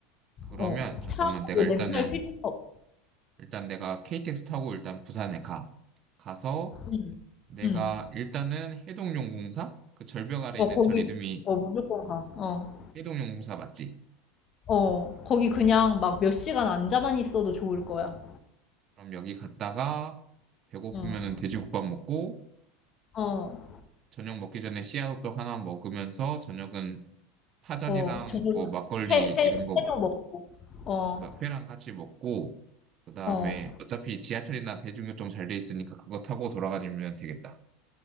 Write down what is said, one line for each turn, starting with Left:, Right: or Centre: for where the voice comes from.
Right: 그러면,
Left: 어,
Right: 잠깐만.
Left: 차뭐
Right: 내가 일단은,
Left: 렌탈 필요가 없어.
Right: 일단 내가 KTX 타고 일단 부산에 가. 가서,
Left: 응,
Right: 내가
Left: 응.
Right: 일단은 해동용궁사? 그 절벽 아래
Left: 어,
Right: 있는
Left: 거기,
Right: 절 이름이
Left: 어, 무조건 가. 어,
Right: 해동용궁사 맞지?
Left: 어, 거기 그냥 막 몇 시간 앉아만 있어도 좋을 거야.
Right: 그럼 여기 갔다가 배고프면은
Left: 응,
Right: 돼지국밥 먹고
Left: 어,
Right: 저녁 먹기 전에 씨앗호떡 하나 먹으면서 저녁은 파전이랑
Left: 어, 저녁은
Right: 뭐 막걸리
Left: 회, 회,
Right: 이런 거뭐
Left: 회도 먹고. 어,
Right: 회랑 같이 먹고 그다음에
Left: 어,
Right: 어차피 지하철이나 대중교통 잘 돼 있으니까 그거 타고 돌아다니면 되겠다.